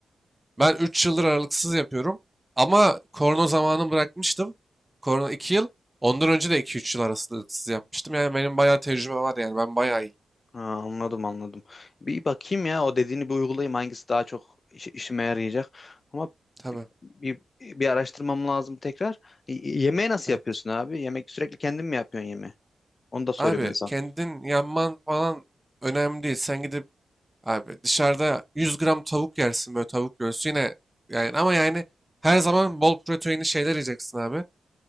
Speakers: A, on the right (about 15°); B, on the left (about 50°).
A: Ben 3 yıldır aralıksız yapıyorum. Ama korona zamanı bırakmıştım. Korona 2 yıl. Ondan önce de iki üç yıl aralıksız yapmıştım. Yani benim bayağı tecrübe var yani. Ben bayağı iyi.
B: Ha, anladım anladım. Bir bakayım ya o dediğini bir uygulayayım hangisi daha çok işi- işime yarayacak. Ama
A: Tabii.
B: bir bir araştırmam lazım tekrar. Y- yemeği nasıl
A: Evet.
B: yapıyorsun abi? Yemek sürekli kendin mi yapıyorsun yemeği? Onu da sorayım
A: Abi
B: ben sana.
A: kendin yanman falan önemli değil. Sen gidip abi dışarıda 100 gram tavuk yersin böyle tavuk göğsü yine yani ama yani her zaman bol proteinli şeyler yiyeceksin abi.